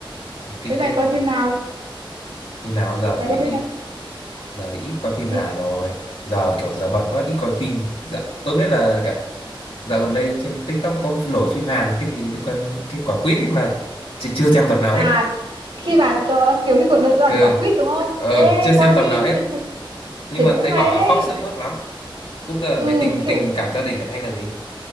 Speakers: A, on the left; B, on the right.
A: Thì Cái
B: thế mày
A: kết
B: coi
A: ừ,
B: phim nào
A: như nào giờ
B: mày
A: thì
B: coi phim
A: ít
B: nào
A: giờ thì ít coi phim
B: đi
A: Hàn rồi. Giờ kiểu giờ bận quá ít coi phim. Dạ, tôi biết là cả dạo gần đây trên TikTok có nổi phim Hàn cái gì liên quan đến cái quả quýt ấy mà chị chưa xem tập nào
B: à
A: hết
B: khi bạn cho kiểu khi cuộc đời cho bạn
A: Cơ,
B: quả quýt đúng không
A: ờ,
B: ê
A: chưa xem
B: coi
A: tầm
B: đi
A: nào hết.
B: thấy, cũng-
A: Nhưng
B: thấy
A: mà
B: cũng
A: thấy
B: hay
A: bảo
B: đấy
A: là khóc sướt mướt lắm. Cũng là
B: ừ
A: về tình
B: kiểu
A: tình cảm gia đình à, hay là gì?